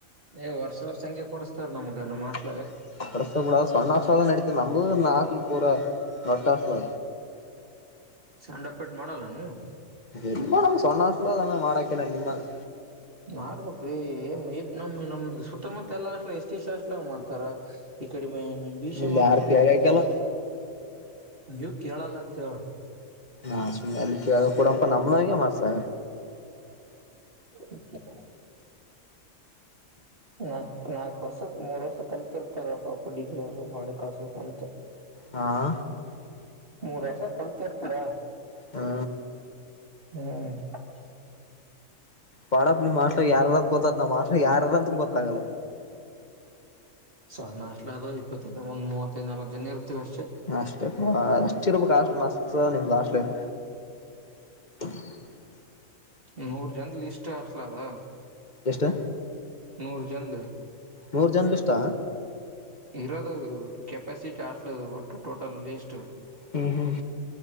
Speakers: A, on the right; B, on the left.
A: ಏ ವರ್ಷ ವರ್ಷ ಹಂಗೆ ಕೊಡ್ಸ್ತಾರ್ ನಮಗ ನಮ್ಮ ಹಾಸ್ಟಲ್
B: <unintelligible> ನಾಡಿತಾದ ನಂಬುದು ನ ಹಾಸ್ಟಲ್ ಪೂರ ದೊಡ್ಡ ಹಾಸ್ಟೆಲ್
A: ಸೆಂಡಪ್ ಪಾರ್ಟಿ ಮಾಡಲ್ಲ ಏನ್ ನೀವು?
B: ಎಲ್ ಸಣ್ಣ ಹಾಸ್ಟಲ್ ಆದ ಏನ್ ಮಾಡಾಕ್ಕೆಲ್ಲ ನಿಮ್ಮಂಗ್.
A: ಮಾಡಬೇಕ್ರಿ, ಏನು ಇದ ನಮ್ ನಮ್ದ್ ಸುತ್ತಮುತ್ತ ಎಲ್ಲಾ ಹಾಸ್ಟೆಲ್ ಎಲ್ಲ ಎಸ್ಸಿ ಎಸ್ಟಿ ಹಾಸ್ಟಲ್ ಅಲಾಗ ಮಾಡ್ತಾರ ಈ ಕಡೆ ಬಿಶಾಮ್
B: ಇಲ್ಲಿ
A: ಹಾಸ್ಟಲ್
B: ಯಾರು ಕೇಳ್ಯಾಕಿಲ್ಲ
A: ಮಾಡ್ತಾರ ಎಲ್ಲ ನೀವು ಕೇಳಲ್ಲ ಅಂತ ಹೇಳ,
B: ನಾ ಸುಮ್ನೆ ಎಲ್ಲಿ ಕೇಳ್ಕೊಡಂ ನಮ್ಮನಗೆ ಮಾ ಸ
A: ಓಕೆ ನಾ ನಾಕ್ ವರ್ಷ ಮೂರ್ ವರ್ಷ ಕಲ್ತಿರ್ತಾರ ಪಾಪ ಡಿಗ್ರಿ ಅವ್ರು ಮಾಡಿ ಕಳ್ಸ್ಬೇಕಂತ.
B: ಹಾ
A: ಮೂರ್ ವರ್ಷ ಕಲ್ತಿರ್ತಾರ.
B: ಹಾ
A: ಹ್ಮ್
B: ಪಾಡಪ್ಪಾ ನಿಮ್ ಹಾಸ್ಟಲ್ ಯಾರಾರಂತ ಗೊತ್ತಾತ ನಮ್ಮ ಹಾಸ್ಟೆಲ್ ಯಾರಾರ ಅಂತ ಗೊತ್ತಾಗಲ್ಲಾ.
A: ಸಣ್ಣ ಹಾಸ್ಟಲ್ ಅದ ಇಪ್ಪತ್ತೈ ಒಂದ ಮೂವತ್ತೈ ನಾಲ್ಕು ಜನ ಇರ್ತೀವಿ ಅಷ್ಟ
B: ಹಾಸ್ಟೆಲ್ ಹ ಅಷ್ಟ ಇರ್ಬೇಕಕ್ ಆಾಸ್ಟ್ಲ್ ಮಸ್ತ್ ನಿಮ ಹಾಸ್ಲಿ ಇರ್ <unintelligible>
A: ನೂರು ಜನದ ಲಿಸ್ಟ್ ಅಲ ಅದ
B: ಎಷ್ಟ?
A: ನೂರಜಂದ್
B: ನೋರ್ ಜನ್ಲಿ ಲಿಸ್ಟ್?
A: ಇರೋದದು ಕೆಪಾಸಿಟಿ ಅಷ್ಟಲದು ಒಟ್ಟು ಟೋಟಲ್ ಲೀಸ್ಟ್
B: ಹ್ಮ್ ಹ್ಮ್